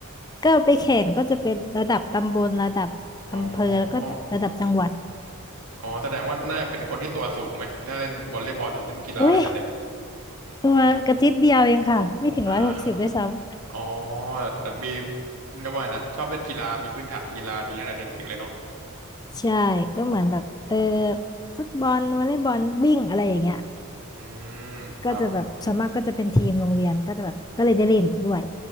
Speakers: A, on the left; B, on the right.
A: ก็ไปแข่งก็จะเป็นระดับตำบลระดับอำเภอแล้วก็ระดับจังหวัด
B: อ๋ออ๋อแสดงว่าน่าจะเป็นคนที่ตัวสูงไหมถ้าเล่นวอลเลย์บอลเล่นกีฬาอะไรแต่เด็ก
A: อุ้ยตัวกระติดเดียวเองค่ะไม่ถึงร้อยหกสิบด้วยซ้ำ
B: อ่าอ๋อแต่มีเรียกว่าไงนะชอบเล่นกีฬามีพื้นฐานกีฬาดีตั้งแต่เด็กๆเลยเนาะ
A: ใช่ก็เหมือนแบบเออฟุตบอลวอลเลย์บอลวิ่งอะไรอย่างเงี้ย
B: อืมครับผม
A: ก็จะแบบส่วนมากก็จะเป็นทีมโรงเรียนก็จะแบบก็เลยได้เล่นด้วย